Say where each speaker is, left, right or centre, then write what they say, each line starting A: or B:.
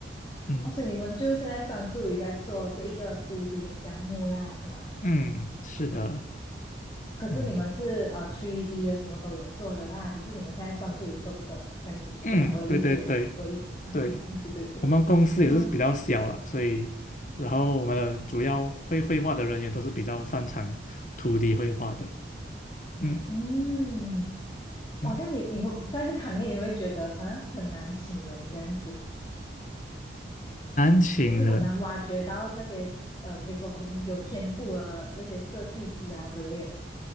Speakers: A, on the left; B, on the left.
A: 嗯
B: 哦，所以你们就现在专注于在做这一个 2D 的项目啦，是吗？
A: 嗯，是的，
B: 可是你们是呃
A: 嗯
B: 3D 的什么都有做的啦，只是你们现在专注于做这个这样子，
A: 嗯，
B: 对吧？我有理解，
A: 对对对对，
B: 我理解啊，对对对，
A: 我们公司也是比较小啊，
B: 哇，
A: 所以然后我们的主要会绘画的人也都是比较擅长土地绘画的，嗯
B: 嗯，
A: 嗯，
B: 哇，这样你你会在这个行业你会觉得好像很难请人这样子，
A: 难请人，
B: 就是很难挖掘到那些呃可以说很有天赋的那些设计师啊之类的。